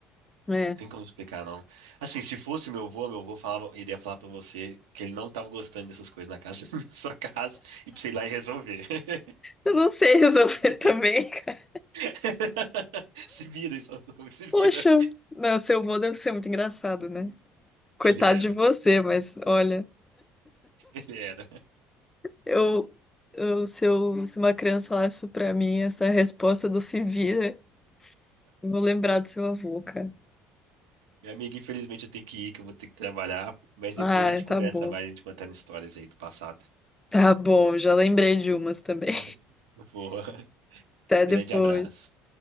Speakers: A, on the left; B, on the right.
A: é.
B: Tem como explicar, não. Assim, se fosse meu avô, meu avô falava, iria falar pra você que ele não tava gostando dessas coisas na casa, <laughs> na sua casa, e pra você ir lá e resolver. <laughs>
A: Eu não sei resolver
B: Entendeu?
A: <laughs> também, cara.
B: <laughs> Se vira, ele falando comigo, se vira.
A: Poxa, não, seu avô deve ser muito engraçado, né? Coitado
B: Ele era,
A: de você, mas olha,
B: ele era.
A: eu, eu, se, eu, se uma criança falar isso pra mim, essa resposta do se vira, eu vou lembrar do seu avô, cara.
B: Minha amiga, infelizmente eu tenho que ir, que eu vou ter que trabalhar, mas
A: Ah,
B: depois a gente
A: tá
B: conversa
A: bom.
B: mais, a gente contando histórias aí do passado.
A: Tá bom, já lembrei de umas também.
B: <laughs> Boa.
A: <laughs> Até
B: Grande
A: depois.
B: abraço.